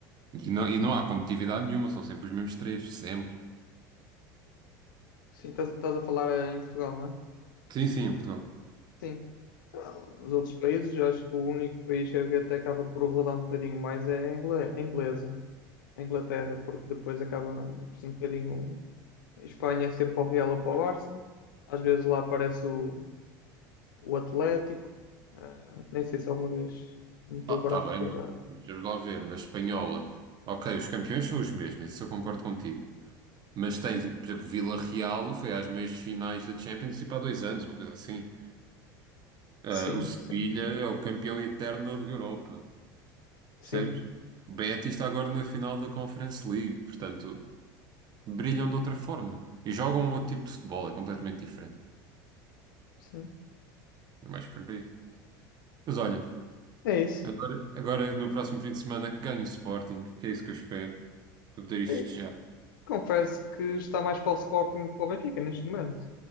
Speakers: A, on the right (about 40°); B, on the left (about 85°).
A: E não, e não há competitividade nenhuma, são sempre os mesmos três, sempre.
B: Sim, estás estás a falar eh, em Portugal, não é?
A: Sim, sim, em Portugal.
B: Sim. Não, Nos outros países, eu acho que o único país que até acaba por rodar um bocadinho mais é a ingle- a inglesa, a Inglaterra, porque depois acaba por ser um bocadinho. A Espanha é sempre para o Real ou para o Barça, às vezes lá aparece o, o Atlético, ah, nem sei se alguma vez, não me estou
A: Ah,
B: agora
A: tá
B: a
A: bem,
B: recordar.
A: mas mas vamos lá ver, na espanhola. Ok, os campeões são os mesmos, isso eu concordo contigo. Mas tens, por exemplo, o Vila Real foi às meias finais da Champions, tipo há dois anos, uma coisa assim. Ah,
B: Sim,
A: o Sevilha
B: sim,
A: é o campeão eterno da Liga Europa, percebes?
B: sim,
A: O Betis está agora na final da Conference League, portanto, brilham de outra forma e jogam um outro tipo de futebol, é completamente diferente.
B: sim.
A: É mais por aí. Mas olha,
B: É isso.
A: agora, agora no próximo fim de semana que ganho o Sporting, que é isso que eu espero, para poder ir festejar.
B: E confesso que está mais para o Sporting do que para o Benfica neste momento.